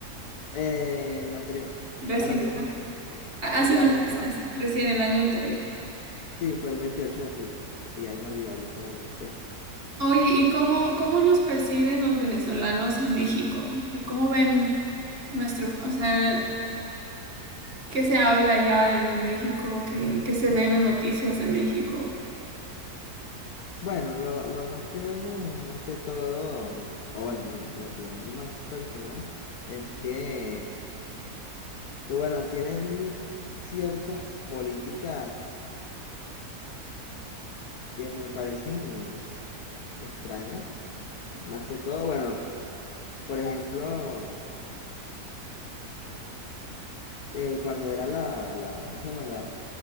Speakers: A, on the left; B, on the right.
A: Eh, el anterior.
B: recién,
A: Ah, no, entonces son como... cinco.
B: hace
A: Sí, ya
B: unos
A: vamos
B: meses,
A: para-
B: recién el año anterior.
A: Sí, fue el 28 de julio, día inolvidable para Venezuela.
B: Oye, ¿y cómo, cómo nos perciben los venezolanos a México? O sea, ¿cómo ven nuestro, o sea, qué se habla ya de, de México, qué, qué se ve en las noticias de México?
A: Bueno, lo, lo más que vemos es más que todo, o bueno, mi, mi opinión más personal es que que bueno, tienen ciertas políticas que me parecen extrañas, más que todo, bueno, por ejemplo, eh, cuando era la, la, ¿cómo se llama? La,